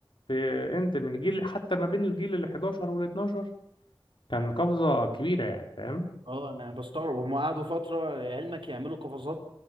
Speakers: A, on the left; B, on the right.
A: في انتل من جيل حتى ما بين الجيل ال 11 وال 12 كان قفزه كبيره يعني فاهم
B: اه انا بستغرب هم قعدوا فترة لعلمك يعملوا قفزات